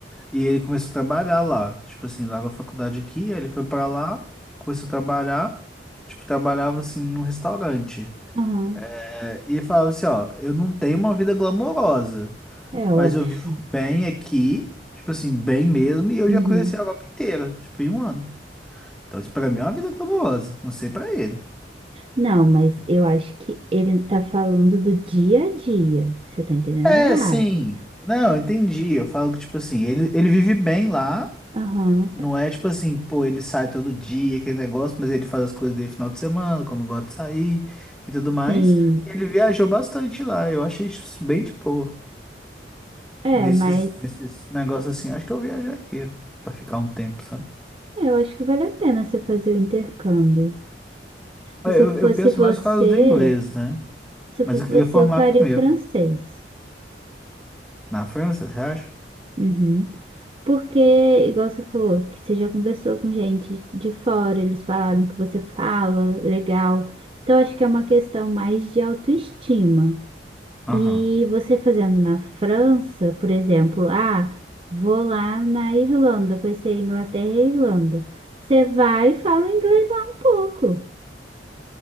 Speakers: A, in the centre; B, on the right.
A: e ele começou a trabalhar lá. Tipo assim, largou a faculdade aqui, aí ele foi pra lá, começou a trabalhar. Tipo, trabalhava assim num restaurante.
B: Aham,
A: É, e falava assim, ó, eu não tenho uma vida glamourosa,
B: é
A: mas
B: óbvio.
A: eu vivo bem aqui, tipo assim, bem mesmo, e eu
B: Uhum.
A: já conheci a Europa inteira, tipo, em um ano. Então, isso pra mim é uma vida glamourosa. Não sei pra ele.
B: Não, mas eu acho que ele tá falando do dia a dia. Você tá entendendo
A: É,
B: errado.
A: sim. Não, entendi. Eu falo que, tipo assim, ele, ele vive bem lá.
B: Aham.
A: Não é tipo assim, pô, ele sai todo dia, aquele negócio, mas ele faz as coisas dele final de semana, quando gosta de sair e tudo mais.
B: Sim.
A: E ele viajou bastante lá. Eu achei isso bem de boa.
B: É,
A: Nesses,
B: mas
A: nesses negócios assim, acho que eu viajaria pra ficar um tempo, sabe?
B: eu acho que vale a pena você fazer o intercâmbio.
A: Eu,
B: E se eu fosse
A: eu penso
B: você,
A: mais por causa do inglês, né?
B: se eu
A: Mas
B: fosse
A: eu queria
B: você,
A: formar
B: eu faria
A: primeiro.
B: o francês.
A: Na França, você acha?
B: Uhum. Porque, igual você falou, que você já conversou com gente de fora, eles falaram que você fala legal. Então, acho que é uma questão mais de autoestima.
A: Aham.
B: E você fazendo na França, por exemplo, ah, vou lá na Irlanda, conhecer a Inglaterra e a Irlanda. Você vai e fala o inglês lá um pouco.